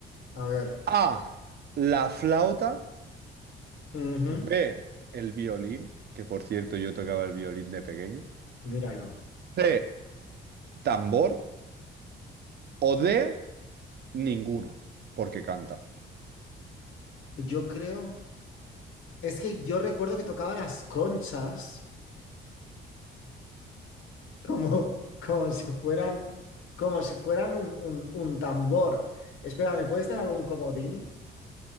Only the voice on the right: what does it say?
A, la flauta.
B, el violín, que por cierto yo tocaba el violín de pequeño.
C, tambor. O D, ninguno, porque canta.